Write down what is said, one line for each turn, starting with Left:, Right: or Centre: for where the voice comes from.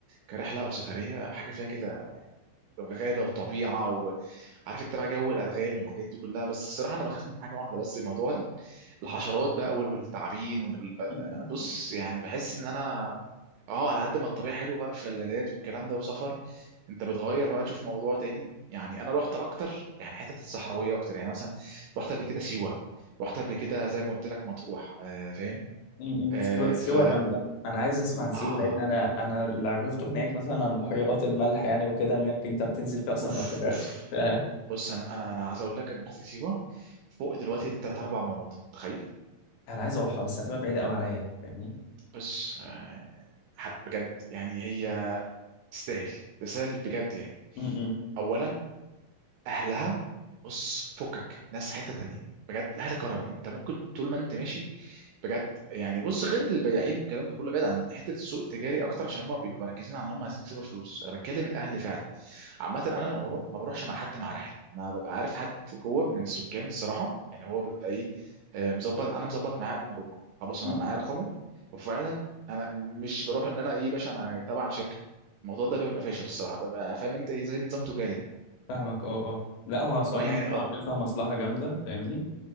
Right: كرحله او سفريه حاجه فيها كده غابة وطبيعة وعارف انت بقى جو الأدغال والحاجات دي كلها بس الصراحة أنا بخاف من حاجة واحدة بس موضوع ال- الحشرات بقى وال- والتعابين وال- بال- بقى-
Left: <laughs>
Right: بقى- بص يعني بحس إن أنا أه على قد ما الطبيعة حلوة بقى شلالات والكلام ده وسفر أنت بتغير بقى تشوف موضوع تاني يعني أنا رحت أكتر يعني حتة الصحراوية أكتر يعني مثلا رحت قبل كده سيوة رحت قبل كده زي ما قلت لك مطروح آه فاهم
Left: م-
Right: آه
Left: م. سيوة سيوة
Right: ف
Left: جامدة أنا عايز أسمع عن سيوة
Right: آه
Left: لأن أنا أنا اللي عرفته هناك مثلا عن بحيرات الملح يعني وكده إنك أنت بتنزل فيها أصلا
Right: أوف
Left: ما بتغرقش
Right: أوف
Left: <laughs> ف-
Right: بص انا انا انا عايز اقول لك ان رحت سيوه فوق دلوقتي ثلاث اربع مرات انت متخيل
Left: أنا عايز أروحها بس هتبقى بعيدة أوي عليا فاهمني؟
Right: بس آه، ح- بجد يعني هي تستاهل تستاهل بجد يعني
Left: م- م.
Right: اولا اهلها بص فكك ناس حته تانية بجد اهل كرم انت ممكن طول ما انت ماشي بجد يعني بص غير البياعين والكلام ده كله بعيد عن حته السوق التجاري اكتر عشان هم بيبقوا مركزين على ان هم عايزين يكسبوا فلوس انا بتكلم الاهل فعلا عامه انا لما بروح ما بروحش مع حد مع رحله انا ببقى عارف حد جوه من السكان الصراحه يعني هو بيبقى ايه آه، مظبط انا مظبط معاه قبل ما اروح خلاص
Left: م-
Right: انا معايا
Left: م.
Right: رقمه وفعلا انا مش بروح ان انا ايه باشا انا تبع شركه الموضوع ده بيبقى فاشل الصراحه ببقى فاهم انت ايه زي نظام تجاري
Left: فاهمك أه أه لا هو صراحة
Right: أو يعني
Left: بتبقى
Right: اه
Left: عاملين فيها مصلحة جامدة فاهمني؟